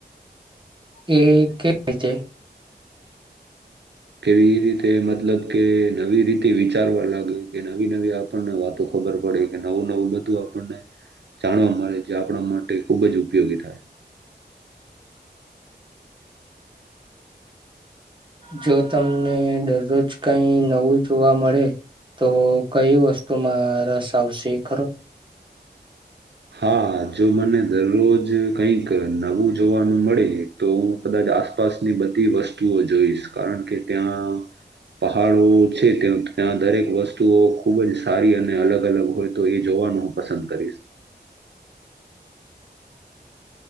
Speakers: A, on the right (about 30°); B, on the right (about 80°).
A: એ કેતે- -
B: કેવી એ રીતે મતલબ કે નવી રીતે વિચારવા લાગે કે નવી નવી આપણને વાતો- - ખબર પડે કે નવું નવું બધું આપણને- - જાણવા મળે છે આપણા માટે ખૂબ જ ઉપયોગી થાય.
A: જો તમને દરરોજ કઈ નવું જોવા મળે- - તો કઈ વસ્તુમાં રસ આવશે ખરો?
B: <inaudible> હા જો મને દરરોજ કંઈક નવું જોવાનું મળે તો હું કદાચ- - આસપાસની બધી વસ્તુઓ જોઈશ કારણ કે ત્યાં- - પહાડો છે ત ત્યાં દરેક વસ્તુઓ ખૂબ જ સારી અને- - ને અલગ અલગ હોય તો એ જોવાનું હું પસંદ કરીશ.